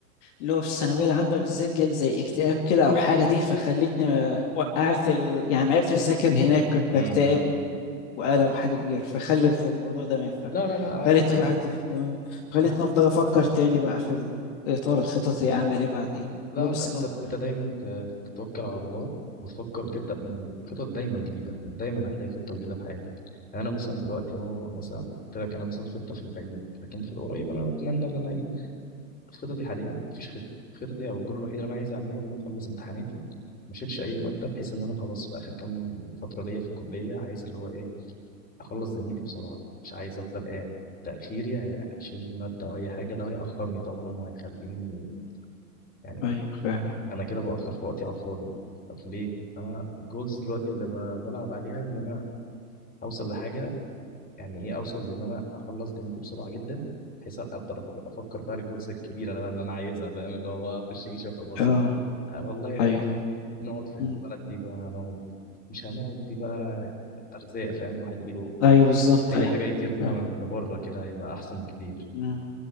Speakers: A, on the left; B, on the left.
A: اللي هو في الثانويه العامه بالذات جالي زي اكتئاب كده او حاجه دي فخلتني ما- وقعت ال... يعني ما عرفتش اذاكر هناك كنت
B: امم
A: بكتئب وقلق وحاجة كبيرة فخلت الموضوع ده ما ينفع
B: لا لا لا عادي
A: خلت
B: عادي
A: الواحد يف- خلتني
B: احنا
A: أفضل أفكر تاني بقى في ال- إطار الخططي أعمل إيه بعدين
B: لا
A: اللي هو بس
B: لا انت
A: أه
B: انت دايما ت- تتوكل على الله وتفكر وتبدا من خطط دايما جديده دايما هتلاقي خطه جديده في حياتك يعني انا مثلا دلوقتي اهو مثلا قلت لك انا مثلا خطه في البعيد لكن في القريب انا بتمنى ان انا ايه خططي حاليا مفيش خطه خططي او الجول الوحيد اللي انا عايز اعمله ان انا اخلص امتحاناتي ما اشيلش اي ماده بحيث ان انا خلاص في اخر كام فتره ليا في الكليه عايز اللي هو ايه اخلص دنيتي بسرعه مش عايز افضل قاعد تاخيري هشيل ماده او اي حاجه ده هياخرني طبعا وهيخليني يعني
A: أيوه فعلا
B: انا كده باخر في وقتي على الفاضي طب ليه انا الجولز دلوقتي
A: مم.
B: اللي ب- بلعب عليها ان انا اوصل لحاجه يعني ايه اوصل لان انا اخلص دنيتي بسرعه جدا بحيث اقدر أف- افكر بقى الجولز الكبيره اللي انا اللي أنا عايزها فاهم اللي هو بقى اخش جيش واخلصه
A: أه
B: آه والله
A: أيوه
B: نقعد في
A: مم.
B: البلد دي بقى هنقعد مش هنقعد دي بقى ارزاق فاهم الواحد يجيله
A: أيوه بالظبط
B: اي
A: أيوه
B: حاجه يطير بيها
A: أيوه
B: لبره كده هيبقى احسن بكتير
A: مم.